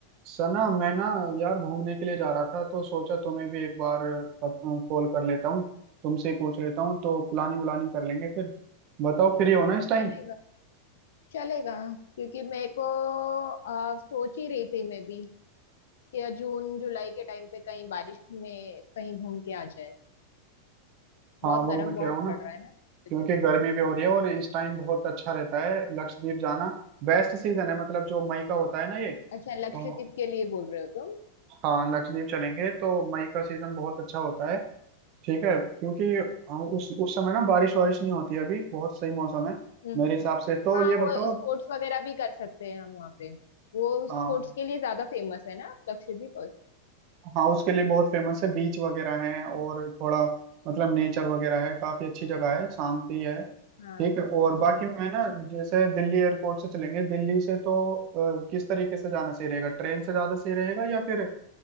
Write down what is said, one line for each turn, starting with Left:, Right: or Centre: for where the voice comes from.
Right: सना मैं ना यार घूमने के लिए जा रहा था तो सोचा तुम्हें भी एक बार कॉल कर लेता हूँ तुमसे ही पूछ लेता हूँ तो प्लानिंग व्लानिंग कर लेंगे फिर बताओ फ्री हो ना इस टाइम
Left: चलेगा चलेगा क्योंकि मेरे को आ, सोच ही रही थी मैं भी कि जून जुलाई के टाइम पे कहीं बारिश में कहीं घूम के आ जाए
Right: हाँ
Left: बहुत
Right: वही
Left: गर्म
Right: मैं
Left: बहुत
Right: कह रहा हूँ ना
Left: पड़ रहा है ना इस वजह
Right: क्योंकि
Left: से
Right: गर्मी भी हो रही है और इस टाइम बहुत अच्छा रहता है लक्षद्वीप जाना बेस्ट सीजन है मतलब जो मई का होता है ना ये तो
Left: अच्छा लक्षद्वीप के लिए बोल रहे हो तुम
Right: हाँ लक्षद्वीप चलेंगे तो मई का सीजन बहुत अच्छा होता है ठीक है क्योंकि अ, उस उस समय ना बारिश वारिश नहीं होती है, अभी बहुत सही मौसम है
Left: हम्म
Right: मेरे
Left: हम्म।
Right: हिसाब से तो
Left: हाँ
Right: ये बताओ
Left: वो स्पोर्ट्स वगैरह भी कर सकते हैं हम वहाँ पे वो स्पोर्ट्स
Right: हाँ
Left: के लिए ज्यादा फेमस है ना लक्षद्वीप और-
Right: हाँ उसके लिए बहुत फेमस है बीच वगैरह है और थोड़ा मतलब नेचर वगैरह है काफी अच्छी जगह है शांति है
Left: हाँ
Right: ठीक है और बाकी
Left: हाँ
Right: मैं ना जैसे दिल्ली एयरपोर्ट से चलेंगे दिल्ली से तो अ, किस तरीके से जाना सही रहेगा ट्रेन से ज्यादा सही रहेगा या फिर अ,